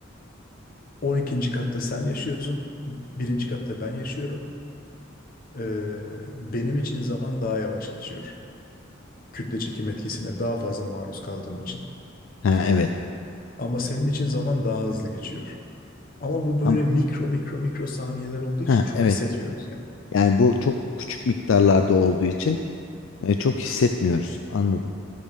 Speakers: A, on the left (about 45°); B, on the left (about 70°).
A: 12. katta sen yaşıyorsun, birinci katta ben yaşıyorum. E, benim için zaman daha yavaş geçiyor. kütle çekim etkisine daha fazla maruz kaldığım için.
B: Ha, evet.
A: Ama senin için zaman daha hızlı geçiyor. Ama bu böyle
B: Am-
A: mikro mikro mikro saniyeler olduğu
B: Ha,
A: için çok
B: evet.
A: hissetmiyoruz yani.
B: Yani bu çok küçük miktarlarda olduğu için e, çok hissetmiyoruz. Anladım.